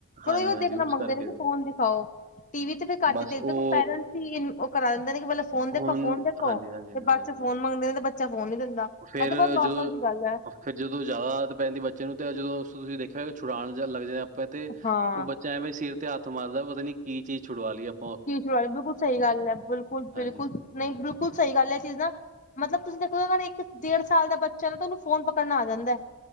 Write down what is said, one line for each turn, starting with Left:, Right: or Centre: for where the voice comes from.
Left: ਥੋੜਾ
Right: ਹਾਂਜੀ,
Left: ਜਾ ਉਹ
Right: ਹਾਂਜੀ
Left: ਦੇਖਣਾ
Right: ਉਸ
Left: ਮੰਗਦੇ
Right: ਕਰਕੇ
Left: ਨੇ ਕਿ ਫੋਨ ਦਿਖਾਓ, ਟੀ ਵੀ ਤੇ ਘੱਟ
Right: ਬਸ
Left: ਹੀ ਦੇਖਦੇ,
Right: ਉਹ
Left: ਪੇਰੈਂਟਸ ਹੀ ਓ ਫੜਾ ਦਿੰਦੇ ਨੇ ਕਿ ਪਹਿਲੇ ਫੋਨ ਦੇਖੋ,
Right: ਹੁਣ
Left: ਫੋਨ ਦੇਖੋ,
Right: ਹਾਂਜੀ, ਹਾਂਜੀ,
Left: ਤੇ
Right: ਹਾਂਜੀ,
Left: ਬਾਅਦ
Right: ਹਾਂਜੀ।
Left: 'ਚ ਫੋਨ ਮੰਗਦੇ ਨੇ ਤੇ ਬੱਚਾ ਫੋਨ ਨੀ ਦਿੰਦਾ।
Right: ਫਿਰ
Left: ਐਹ ਤੇ ਬਹੁਤ ਨੋਰਮਲ
Right: ਜਦੋਂ
Left: ਜਿਹੀ ਗੱਲ ਐ।
Right: ਫਿਰ ਜਦੋਂ ਜ਼ਿਆਦਾ ਆਦਤ ਪੈਂਦੀ ਬੱਚੇ ਨੂੰ ਤੇ ਜਦੋਂ ਉਸ ਤੁਸੀਂ ਦੇਖਿਆ ਹੋ ਛੁਡਾਨ ਲੱਗਦੇ ਆਪਾਂ ਤੇ,
Left: ਹਾਂ
Right: ਉਹ ਬੱਚੇ ਐਵੇੈਂ ਸਿਰ ਤੇ ਹੱਥ ਮਾਰਦਾ, ਪਤਾ ਨੀ ਕੀ ਚੀਜ਼ ਛੁਡਵਾ ਲਈ ਆਪ
Left: ਕਿਉਂ ਛੁਡਵਾਈ? ਬਿਲਕੁਲ ਸਹੀ ਗੱਲ ਐ, ਬਿਲਕੁਲ-ਬਿਲਕੁਲ
Right: ਹਾਂਜੀ।
Left: ਨਹੀਂ ਬਿਲਕੁਲ ਸਹੀ ਗੱਲ ਐ, ਇਹ ਚੀਜ਼ ਨਾ ਮਤਲਬ ਤੁਸੀਂ ਦੇਖੋ ਅਗਰ ਇੱਕ ਡੇਢ ਸਾਲ ਦਾ ਬੱਚਾ ਨਾ, ਉਹਨੂੰ ਫੋਨ ਪਕੜਨਾ ਆ ਜਾਂਦਾ।